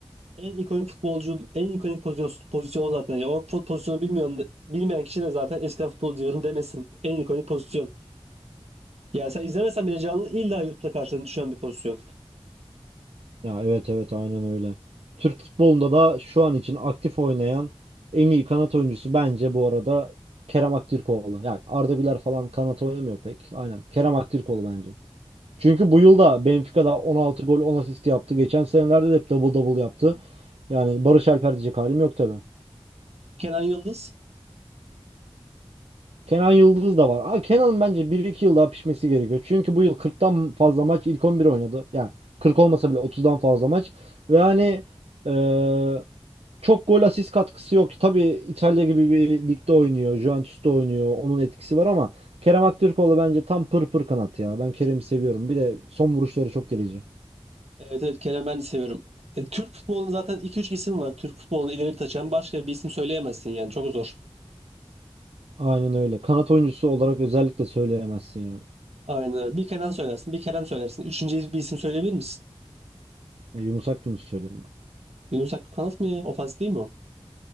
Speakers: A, on the right; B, on the right.
A: En ikonik futbolcu, en ikonik pozisyon, pozisyon o zaten. Ya, o fut- pozisyonu bilmiyor, bilmeyen kişi de zaten eskiden futbolcu diyorum demesin. En ikonik pozisyon. Yani sen izlemesen bile canlı illa YouTube'da karşına düşen bir pozisyon.
B: Ya evet evet aynen öyle. Türk futbolunda da şu an için aktif oynayan en iyi kanat oyuncusu bence bu arada Kerem Aktürkoğlu. Yani Arda Güler falan kanat oynamıyor pek. Aynen. Kerem Aktürkoğlu bence. Çünkü bu yıl da Benfica'da 16 gol 10 asist yaptı. Geçen senelerde de hep double double yaptı. Yani Barış Alper diyecek halim yok tabii.
A: Kenan Yıldız.
B: Kenan Yıldız da var. Aa, Kenan'ın bence bir iki yıl daha pişmesi gerekiyor. Çünkü bu yıl 40'tan fazla maç ilk 11 oynadı. Yani 40 olmasa bile 30'dan fazla maç. Ve hani eee, çok gol asist katkısı yok. Tabii İtalya gibi bir ligde oynuyor. Juventus'ta oynuyor. Onun etkisi var ama Kerem Aktürkoğlu bence tam pır pır kanat ya. Ben Kerem'i seviyorum. Bir de son vuruşları çok delici.
A: Evet evet Kenan ben de seviyorum. E, Türk futbolunun zaten iki üç isim var. Türk futbolunu ileri taşıyan başka bir isim söyleyemezsin yani. Çok zor.
B: Aynen öyle. Kanat oyuncusu olarak özellikle söyleyemezsin yani.
A: Aynen öyle. Bir Kenan söylersin, bir Kerem söylersin. Üçüncü bir isim söyleyebilir misin?
B: Ya Yunus Akgün'ü söylerim
A: Yunus Akgül kanat mı ya? Ofans değil mi o?